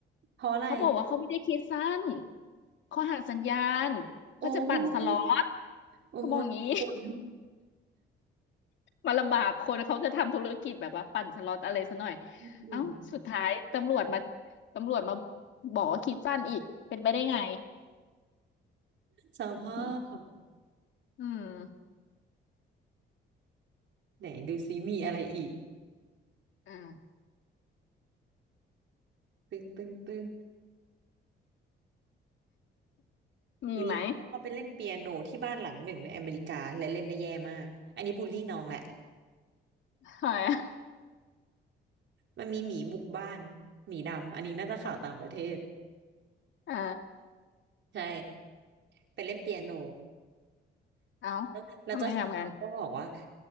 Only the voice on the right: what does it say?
เพราะอะไร
โอ้โอ้ยคุณ
อืม
สภาพ
ไหนดูซิมีอะไรอีก
ตึงตึงตึง
นี้ผมก็ไปเล่นเปียโนที่บ้านหลังหนึ่งในอเมริกาและเล่นได้แย่มากอันนี้บูลลี่น้องแหละ
มันมีหมีบุกบ้านหมีดำอันนี้น่าจะข่าวต่างประเทศ
ใช่ไปเล่นเปียโน
แล้วแล้วเจ้าของก็บอกว่า